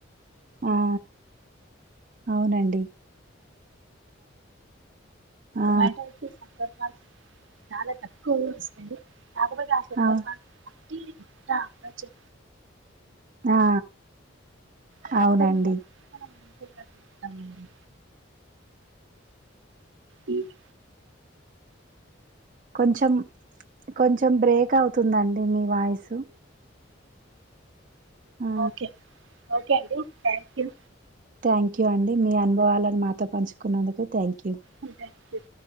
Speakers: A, on the right; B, on the right.
A: ఆ అవునండి ఆ
B: మేటర్టి సందర్భాల్ చాలా తక్ కొసడి కాకపోతే ఆ సందర్భాల్
A: అవు
B: టీ తాగొచ్చు
A: ఆ
B: ఏ రంగంలో
A: అవునండి
B: మనం ముందుండగలుగుతామండి ఉమ్
A: కొంచెం కొంచం బ్రేక్ అవుతుందండి మీ వాయిసు ఆ
B: ఓకే ఓకే అండి థ్యాంక్ యూ
A: థ్యాంక్ యూ అండి మీ అనుభవాలను మాతో పంచుకున్నందుకు థ్యాంక్ యూ
B: అంతే చ్